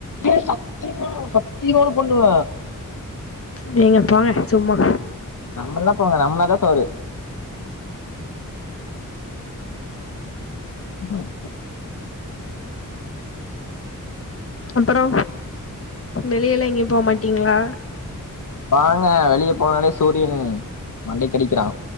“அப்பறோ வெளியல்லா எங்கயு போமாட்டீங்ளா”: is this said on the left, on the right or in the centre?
Left